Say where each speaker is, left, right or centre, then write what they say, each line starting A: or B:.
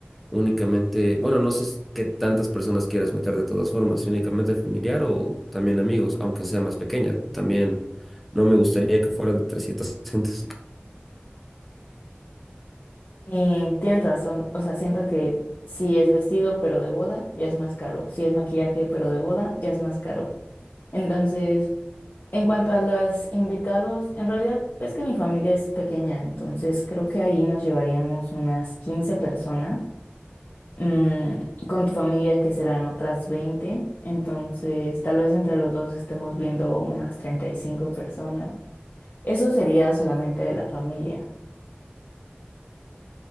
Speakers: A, in the centre; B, on the left.
A: únicamente, bueno, no sé s- qué tantas personas quieras meter de todas formas, si únicamente familiar o también amigos, aunque sea más pequeña. También no me gustaría que fuera de 300 gentes.
B: Y tienes razón, o sea, siento que si es vestido pero de boda, ya es más caro, si es maquillaje pero de boda, ya es más caro. Entonces... En cuanto a los invitados, en realidad es que mi familia es pequeña, entonces creo que ahí nos llevaríamos unas 15 personas. Mm, con tu familia que serán otras 20, entonces tal vez entre los dos estemos viendo unas 35 personas. Eso sería solamente de la familia.